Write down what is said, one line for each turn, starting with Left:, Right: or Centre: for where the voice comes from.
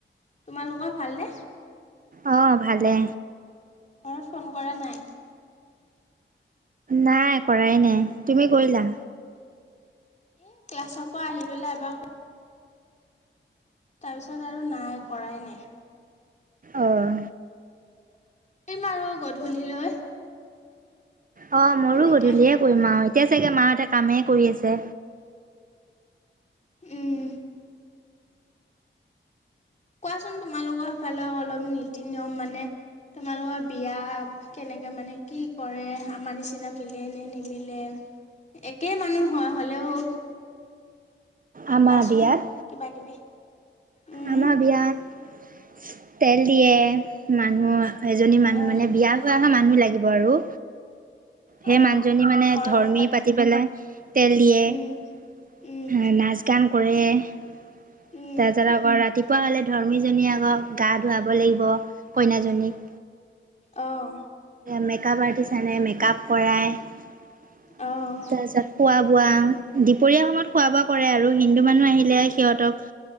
Left: তোমালোকৰ ভালনে?
Right: অ ভালে
Left: ঘৰত ফোন কৰা নাই?
Right: নাই কৰাই নাই, তুমি কৰিলা?
Left: এ ক্লাছৰ পৰা আহি পেলাই এবাৰ তাৰপিছত আৰু নাই কৰাই নাই।
Right: অঁ
Left: কৰিম আৰু গধূলিলৈ।
Right: অ মোৰো
Left: এনেকে
Right: গধূলিয়ে কৰিম আও, এতিয়া চাগে মাহঁতে কামেই কৰি আছে।
Left: উম। কোৱাচোন তোমালোকৰ ফালে অলপ নীতি নিয়ম মানে তোমালোকৰ বিয়া কেনেকে মানে কি কৰে আমাৰ নিচিনা মিলে নে নিমিলে? একে মানুহ হয় হ'লেও
Right: আমাৰ
Left: কোৱাচোন
Right: বিয়াত
Left: কিবা কিবি। উম
Right: আমাৰ বিয়াত তেল দিয়ে মানুহক এজনী মানুহ
Left: আহ
Right: মানে বিয়া হোৱা অহা মানুহ লাগিব আৰু সেই
Left: আহ
Right: মানুহজনী মানে
Left: ধৰ্ম
Right: ধৰ্মী
Left: পাতে
Right: পাতি পেলাই তেল দিয়ে।
Left: উম উম
Right: নাচ গান কৰে তাৰ
Left: উম
Right: পিছত আকৌ ৰাতিপুৱা হলে ধৰ্মীজনীয়ে আক গা ধুৱাব লাগিব। কইনাজনীক।
Left: অঁ।
Right: মেক আপ আৰ্টিষ্ট আনে মেকআপ কৰাই। তাৰপিছত
Left: আহ
Right: খোৱা খোৱা, দুপৰীয়া সময়ত খোৱা বোৱা কৰে আৰু হিন্দু মানুহ আহিলে সিহঁতক